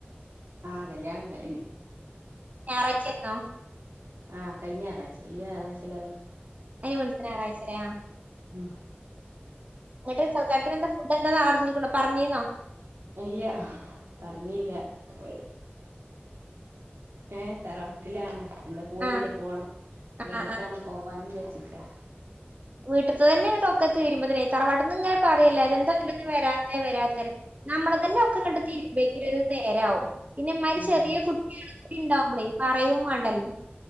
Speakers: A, on the right; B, on the right.
A: ആഹ കല്യാണണ്ട ഇനി
B: ആ, ഞായറാഴ്ച്ച ആയിരുന്നോ
A: ആ കഴിഞ്ഞ ഞായറഴ്ച, ഈ ഞയറാഴ്ച്ച അല്ല
B: അതിന് മുന്നത്തെ ഞായറാഴ്ചയാലെ
A: ഉം
B: നട്ട് സൽക്കാരത്തിന് എന്താ ഫുഡ് എന്താന്നാ അറിഞ്ഞിക്കണോ പറഞ്ഞിന്നോ.
A: ഇല്ല പറഞ്ഞില്ല ഒരു ഏ തറവാട്ടിലാണ് എന്താ പോയില്ല
B: ആ.
A: പോണം, ഇത്
B: ആ.
A: കഴിഞ്ഞിട്ടണോ പോവാൻ വിചരിച്ച്. ഇല്ല
B: വീട്ടിത്തെ തന്നെ ഇങ്ങോട്ട് ഒക്കെ തീരുമ്പോ തന്നെ തറവാട്ടിന്ന് ഇങ്ങനെ പറയും എല്ലാരും. എന്താതിലെ വരാത്ത വരാത്ത നമ്മളെ തന്നെ ഒക്കെ അങ്ങട്ട് തീരുമ്പേക്ക ഒരു നേരാവും. പിന്നെ ഈ മാതിരി
A: ഉം
B: ചെറിയ കുട്ടികളക്കെ ഉണ്ടാവുമ്പോളേ പറയവും വേണ്ടല്ലോ.